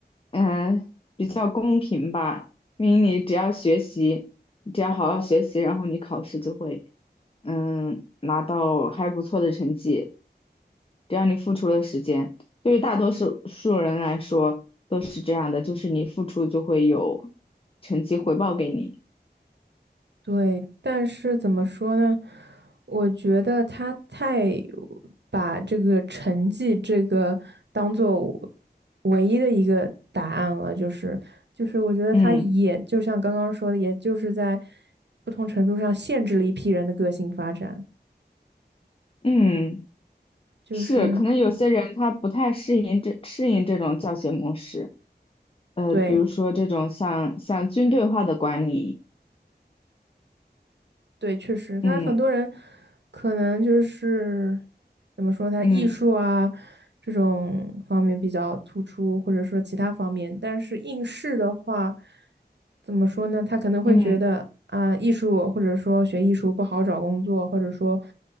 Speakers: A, on the left; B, on the right.
A: 嗯、比较公平吧，因为你只要学习，你只要好好学习，然后你考试就会，嗯，拿到还不错的成绩，只要你付出了时间，对于大多数数人来说都是这样的，就是你付出就会有成绩回报给你。
B: 对，但是怎么说呢？我觉得他太把这个成绩这个当做唯一的一个答案了，就是就是，我觉得他也就像刚刚说的，
A: 嗯。
B: 也就是在不同程度上限制了一批人的个性发展，
A: 嗯，
B: 就是
A: 是，可能有些人他不太适应这适应这种教学模式，呃，
B: 对。
A: 比如说这种像像军队化的管理，
B: 对，确实，他很多人
A: 嗯
B: 可能就是怎么说，他艺术啊
A: 嗯
B: 这种方面比较突出，或者说其他方面，但是应试的话，怎么说呢？他可能会觉得啊，
A: 嗯
B: 艺术或者说学艺术不好找工作，或者说